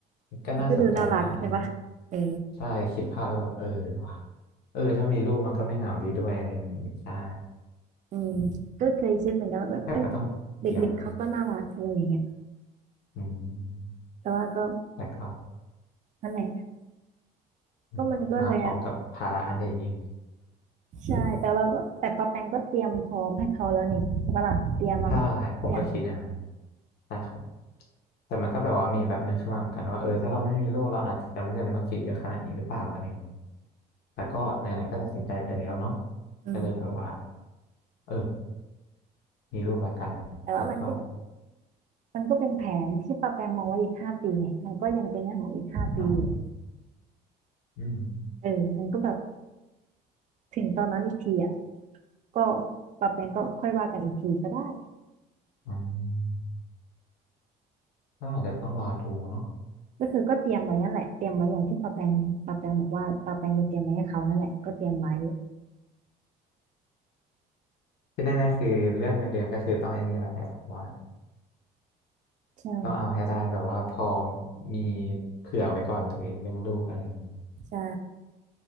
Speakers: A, on the left; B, on the right.
A: ก็น่าสนใจนะอะไรเงี้ย
B: ก็ดูน่ารักใช่ปะเออ
A: ใช่คิดภาพก็แบบเออว่ะเออถ้ามีลูกมันก็ไม่เหงาดีด้วยอะไรอย่างงี้ใช่
B: อืมก็เคยคิดเหมือนกันว่าแบบเออ
A: แต่ก็ต้องเตรียมมัน
B: เด็กๆเขาก็น่ารักอะไรอย่างเงี้ย
A: อืม
B: แต่ว่าก็
A: แต่ก็
B: นั่นแหละ
A: อืมมาพร้อมกับภาระอันใหญ่ยิ่ง
B: ก็มันก็แล้วใช่แต่เราก็แต่ปาแปงก็เตรียมพร้อมให้เขาแล้วนี่ใช่ปะล่ะเตรียมวางแผนทุกอย่าง
A: ใช่ผมก็คิดอย่างนั้นใช่ครับแต่มันก็แบบว่ามีแบบหนึ่งขึ้นมาเหมือนกันว่าเออถ้าเราไม่มีลูกเราอาจจะไม่จำเป็นต้องคิดเยอะขนาดนี้หรือเปล่าอะไรอย่างนี้แต่ก็ไหนๆก็ตัดสินใจไปแล้วเนาะ
B: อืม
A: ก็เลยแบบว่าเออมีลูกแล้วกันแล้วก็
B: แต่ว่ามันก็มันก็เป็นแผนที่ปาแปงมองไว้อีกห้าปีไงมันก็ยังเป็นเรื่องของอีกห้าปีอยู่
A: อืมอืม
B: เออมันก็แบบถึงตอนนั้นอีกทีอ่ะก็ปาแปงก็ค่อยว่ากันอีกทีก็ได้
A: อืมก็อาจจะต้องรอดูเนาะ
B: ก็คือก็เตรียมไว้นั่นแหละเตรียมไว้อย่างที่ปาแปงปาแปงบอกว่าปาแปงจะเตรียมไว้ให้เขานั่นแหละก็เตรียมไว้
A: ที่แน่ๆคือเรื่องเงินเดือนก็คือต้องไอ้นี่แล้วแหละว่า
B: ใช่
A: ต้องเอาให้ได้แบบว่าพอมีเผื่อไว้ก่อนเลยเรื่องลูกอะไรอย่างนี้
B: ใช่